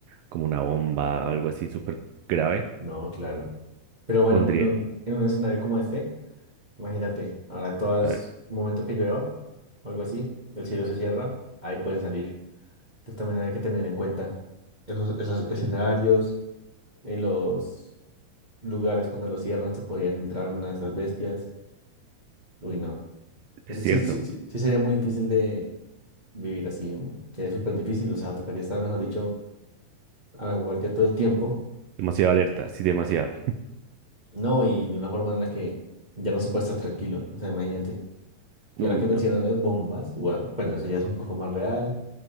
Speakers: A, on the right; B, on the right.
A: como una bomba, algo así súper grave,
B: no, claro. Pero bueno,
A: pondría,
B: en un, en un escenario como este, imagínate, ahora todas,
A: a ver,
B: un momento que llueva, o algo así, el cielo se cierra, ahí pueden salir. Entonces también hay que tener en cuenta esos, esos escenarios, en los lugares cuando los cierran se podían entrar una de estas bestias. Uy, no.
A: es
B: Creo que
A: cierto,
B: sí, sí, sí, sí sería muy difícil de vivir así. Sería súper difícil, o sea, tocaría estar, mejor dicho, a la guardia todo el tiempo
A: demasiado alerta, sí, demasiado.
B: No, y de una forma en la que ya no se puede estar tranquilo, o sea, imagínate. Y
A: Uy,
B: ahora que mencionas
A: no,
B: las bombas, gua- bueno, eso ya es un poco más real,